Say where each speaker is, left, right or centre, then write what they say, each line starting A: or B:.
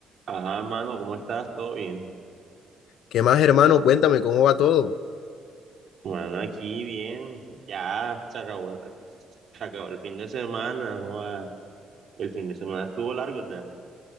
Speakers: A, on the right; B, on the left.
A: Ajá, mano, ¿cómo estás? ¿Todo bien?
B: ¿Qué más, hermano? Cuéntame cómo va todo.
A: Mano, aquí bien. Ya se acabó, el- se acabó el fin de semana. joda. El fin de semana estuvo largo, ¿verdad?